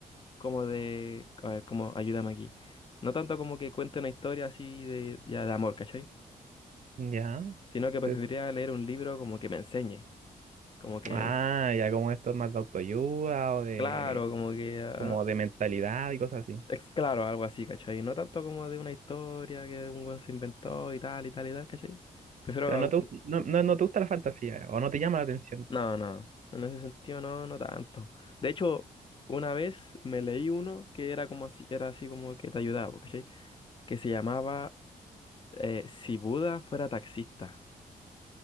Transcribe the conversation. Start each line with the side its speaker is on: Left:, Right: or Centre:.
Left: como de, a ver, como, ayúdame aquí. No tanto como que cuente una historia así de, ya de amor, ¿cachai?
Right: Ya.
Left: Sino que preferiría
Right: Te-
Left: leer un libro como que me enseñe. Como que,
Right: ah, ya como esto es más de autoayuda o de,
Left: claro, como que ah,
Right: como de mentalidad y cosas así.
Left: Es claro, algo así, ¿cachai? No tanto como de una historia que un weón se inventó y tal y tal y tal, ¿cachai? Prefiero...
Right: O sea,
Left: a
Right: no
Left: un-
Right: te, gust- no, no, no te gusta la fantasía o no te llama la atención.
Left: No, no, en ese sentido no, no tanto. De hecho, una vez me leí uno que era como así, era así como que te ayudaba, ¿cachai? Que se llamaba eh, Si Buda fuera taxista.